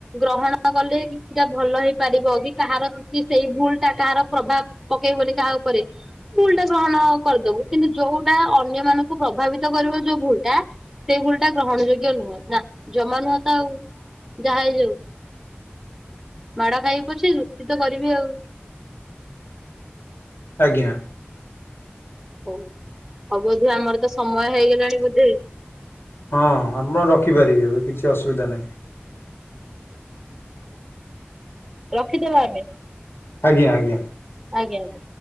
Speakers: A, in the centre; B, on the left.
A: ଗ୍ରହଣ କଲେ କିଛିଟା ଭଲ ହେଇପାରିବ କି କାହାର କିଛି ସେଇ ଭୁଲ ଟା କାହାର ପ୍ରଭାବ ପକେଇବ କାହା ଉପରେ। ଭୁଲ ଟା ଗ୍ରହଣ କରିଦବୁ କିନ୍ତୁ ଯୋଉଟା ଅନ୍ୟ ମାନଙ୍କୁ ପ୍ରଭାବିତ କରିବ ଯୋଉ ଭୁଲ ଟା ସେଇ ଭୁଲ୍ ଟା ଗ୍ରହଣ ଯୋଗ୍ୟ ନୁହ ନା ଜମା ନୁହଁ ତ ଆଉ ଯାହା ହେଇ ଯାଉ। ମାଡ ଖାଇ ପାରୁଛି ଯୁକ୍ତି ତ କରିବି ଆଉ।
B: ଆଜ୍ଞା।
A: ହଉ ଆଉ ବୋଧେ ଆମର ତ ସମୟ ହେଇଗଲାଣି ବୋଧେ।
B: ହଁ ଆପଣ ରଖିପାରିବେ ଏବେ କିଛି ଅସୁବିଧା ନାହିଁ।
A: ରଖିଦବା ଆମେ।
B: ଆଜ୍ଞା ଆଜ୍ଞା।
A: ଆଜ୍ଞା ଆଜ୍ଞା।